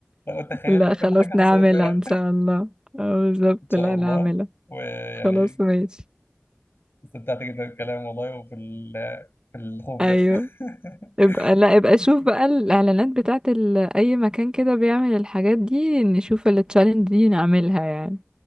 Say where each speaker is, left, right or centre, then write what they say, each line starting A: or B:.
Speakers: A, on the left; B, on the right.
A: لو تخيلنا
B: لا
A: كل
B: خلاص
A: حاجه حصلت
B: نعملها
A: لنا
B: ان شاء الله اه بالظبط
A: ان شاء
B: لا
A: الله
B: نعملها
A: ويعني
B: خلاص ماشي
A: استمتعت جدا بالكلام والله وفي ال- في الخوف
B: ايوه
A: ده <laughs>
B: ابقى لا ابقى شوف بقى الاعلانات بتاعت ال... اي مكان كده بيعمل الحاجات دي نشوف التشالنج دي نعملها يعني